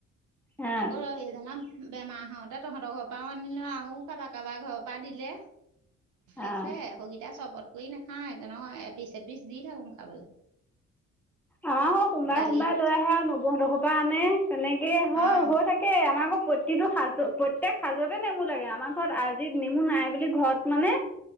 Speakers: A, in the centre; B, on the right (about 80°).
A: অ',
B: আকৌ এইজনৰ বেমাৰ হওঁতে তহঁতৰ ঘৰপাও আনিলো আৰু কাবা কাবা ঘৰৰ পৰা দিলে।
A: অ',
B: আছে সৈগিতা চৰবত কৰি নাখায়, এইজনক এপিচ, এপিচ দি থাকো খাবলে।
A: আমাৰো সোনবাই,
B: দালিত
A: সোমবাই লৈ আহে আৰু নবৌহঁতৰ ঘৰৰ পৰা আনে। তেনেকে হয়
B: অ'
A: হৈ থাকে, আমাৰ ঘৰত প্ৰত্ প্ৰতিটো সাজ প্ৰত্যেক সাজতে নেমু লাগে, আমাৰ ঘৰত আজি নেমু নাই বুলি ঘৰত মানে